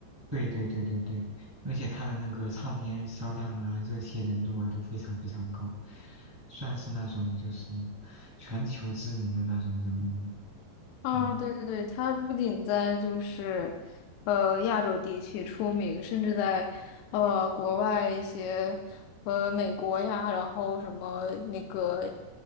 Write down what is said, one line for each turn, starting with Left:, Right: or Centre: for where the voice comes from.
Right: 对对对对对，而且他的那个唱片销量啊、热气人度啊都非常非常高，算是那种就是全球知名的那种人物了。
Left: 啊，
Right: 嗯。
Left: 对对对，它不仅在就是，呃，亚洲地区出名，甚至在，呃，国外一些，呃，美国呀，然后什么那个，